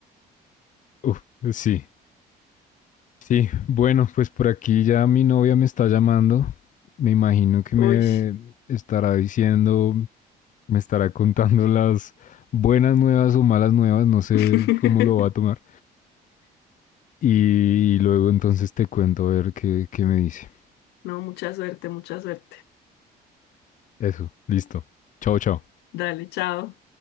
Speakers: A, on the left; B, on the left.
A: Uf, sí, sí. Bueno, pues por aquí ya mi novia me está llamando. Me imagino que
B: Uy.
A: me estará diciendo, me estará contando las buenas nuevas o malas nuevas, no sé
B: <laughs>
A: cómo lo va a tomar. Y, y luego entonces te cuento a ver qué, qué me dice.
B: No, mucha suerte, mucha suerte.
A: Eso, listo. Chao, chao.
B: Dale, chao.